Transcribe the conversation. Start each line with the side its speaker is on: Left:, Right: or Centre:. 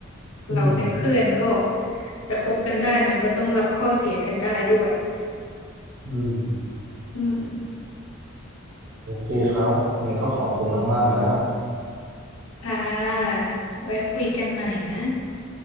Right: อืม
Left: เราเป็นเพื่อนก็จะคบกันได้มันก็ต้องรับข้อเสียกันได้ด้วยอะ
Right: อืม
Left: อืม
Right: โอเคครับงั้นก็ขอบคุณมากๆนะ
Left: ค่ะไว้คุยกันใหม่นะ